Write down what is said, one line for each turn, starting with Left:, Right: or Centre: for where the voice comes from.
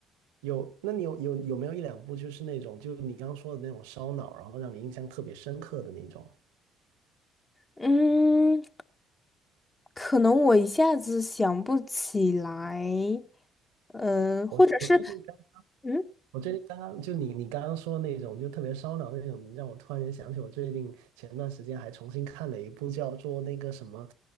Right: 有，那你有有有没有一两部就是那种，就是你刚刚说的那种烧脑，然后让你印象特别深刻的那种？
Left: 嗯，可能我一下子想不起来，嗯、或者是，
Right: 我我最近刚
Left: 嗯。
Right: 我最近刚刚就你你刚刚说那种就特别烧脑那种，让我突然间想起我最近前段时间还重新看了一部叫做那个什么，